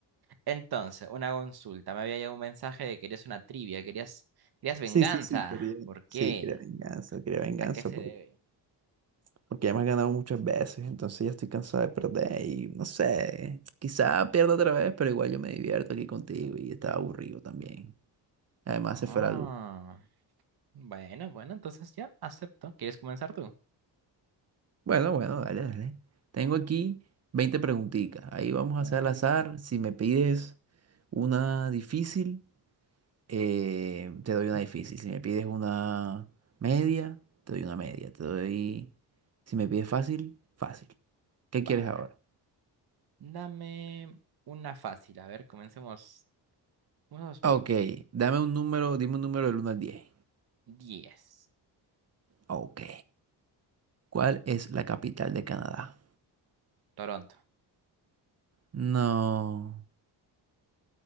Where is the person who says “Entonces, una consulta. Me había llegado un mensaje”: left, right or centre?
Right